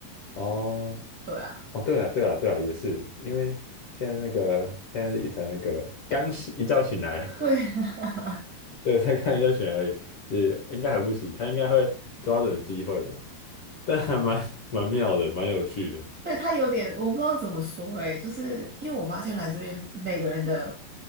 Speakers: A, on the left; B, on the right.
A: 哦
B: 对啊，
A: 哦，对啊对啊对啊，也是因为现在那个现在也才那个刚醒一觉醒来，
B: 对，<laughs>
A: <laughs> 对，才刚一觉醒来而已，也应该还不起，他应该会抓准机会吧？<laughs> 但还蛮蛮妙的，蛮有趣的，
B: 对，他有点，我不知道怎么说诶，就是因为我发现来这边每个人的